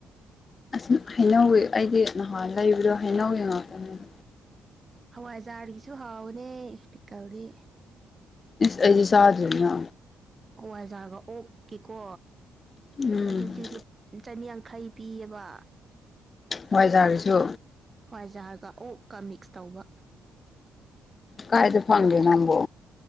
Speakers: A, on the left; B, on the right.
A: ꯑꯁ ꯍꯩꯅꯧ ꯑꯩꯒꯤ ꯅꯍꯥꯟꯋꯥꯢ ꯂꯩꯕꯗꯣ ꯍꯩꯅꯧ ꯌꯦꯡꯉꯛꯄꯅꯤꯅꯦ
B: ꯍꯋꯥꯏꯖꯥꯔꯒꯤꯁꯨ ꯍꯥꯎꯕꯅꯦ ꯄꯤꯀꯜꯗꯤ
A: ꯏꯁ ꯑꯩꯗꯤ ꯆꯥꯗꯔꯤꯅ
B: ꯍꯋꯥꯢꯒ ꯑꯣꯛꯀꯦꯀꯣ
A: ꯎꯝ
B: ꯑꯗꯨꯗꯤ ꯂꯨꯞ ꯆꯅꯤꯌꯥꯡꯈꯩ ꯄꯤꯌꯦꯕ
A: ꯍꯥꯋꯥꯏ ꯖꯥꯔꯁꯨ
B: ꯍꯣꯏꯖꯥꯔꯒ ꯑꯣꯛꯀ ꯃꯤꯛꯁ ꯇꯧꯕ
A: ꯀꯥꯏꯗ ꯐꯪꯒꯦ ꯅꯪꯕꯨ